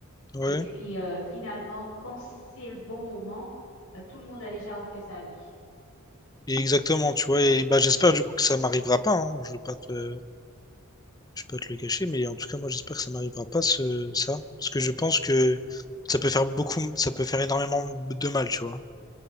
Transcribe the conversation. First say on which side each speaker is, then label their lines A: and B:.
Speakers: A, on the left; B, on the left.
A: Ouais,
B: Et puis, euh, finalement, quand c'est le bon moment, euh, tout le monde a déjà refait sa vie.
A: et exactement, tu vois. Et bah, j'espère du coup que ça m'arrivera pas. hein. Je veux pas te, Je peux te le cacher, mais en tout cas, moi, j'espère que ça m'arrivera pas, ce, ça. Parce que je pense que ça peut faire beaucoup, ça peut faire énormément de mal, tu vois.